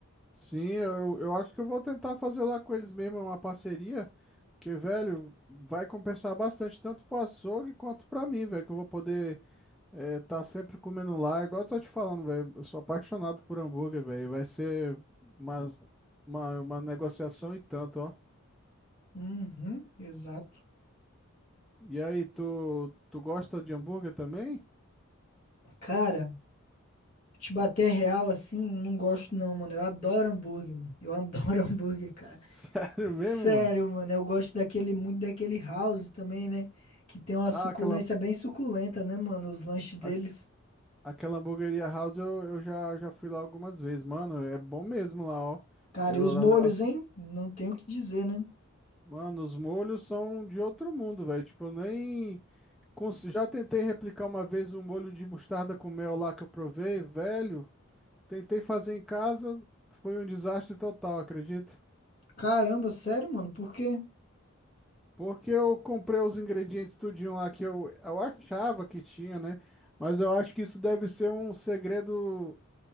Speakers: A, in the centre; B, on the left.
A: Sim, eu, eu acho que eu vou tentar fazer lá com eles mesmo uma parceria. Porque, velho, vai compensar bastante, tanto pro açougue quanto pra mim, velho, que eu vou poder É, tá sempre comendo lá, igual eu tô te falando, velho. Eu sou apaixonado por hambúrguer, velho. Vai ser umas, uma, uma negociação e tanto, ó.
B: Uhum, exato.
A: E aí, tu, tu gosta de hambúrguer também?
B: Cara, te bater real assim, não gosto não, mano. Eu adoro hambúrguer, mano. Eu adoro <laughs> hambúrguer,
A: S-
B: cara.
A: Sério
B: Sério,
A: <laughs> mesmo, mano?
B: mano. Eu gosto daquele, muito daquele house também, né? Que tem uma suculência
A: Ah, aquela,
B: bem suculenta, né, mano? Os lanches deles.
A: a- aquela hamburgueria House eu, eu já, já fui lá algumas vezes, mano. É bom mesmo lá, ó.
B: Cara,
A: Eu,
B: e os molhos,
A: as- as-
B: hein? Não tenho o que dizer, né?
A: mano, os molhos são de outro mundo, velho. Tipo, eu nem. cons- Já tentei replicar uma vez um molho de mostarda com mel lá que eu provei, velho. Tentei fazer em casa, foi um desastre total, acredito.
B: Caramba, sério, mano. Por quê?
A: Porque eu comprei os ingredientes tudinho lá que eu, eu achava que tinha, né? Mas eu acho que isso deve ser um segredo